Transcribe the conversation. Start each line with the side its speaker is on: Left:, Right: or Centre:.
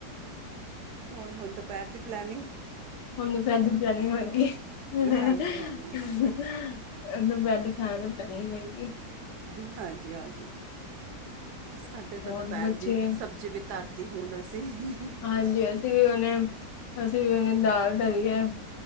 Right: ਹੋਰ, ਹੁਣ ਦੁਪਹਿਰ ਦੀ ਪਲੈਨਿੰਗ
Left: <unintelligible>
Right: ਹਾਂਜੀ ਹਾਂਜੀ
Left: <unintelligible>
Right: ਹਾਂਜੀ- ਹਾਂਜੀ, ਸਾਡੇ ਤਾਂ
Left: ਹੋਰ
Right: ਦੁਪਹਿਰ
Left: ਬੱਚੇ
Right: ਦੀ ਸਬਜ਼ੀ ਵੀ ਧਰ, ਧਰਤੀ ਤੇ ਹੁਣ ਅਸੀਂ
Left: ਹਾਂਜੀ ਅਸੀਂ ਵੀ ਹੁਣੇ, ਅਸੀਂ ਵੀ ਹੁਣੇ ਦਾਲ ਧਰੀ ਹੈ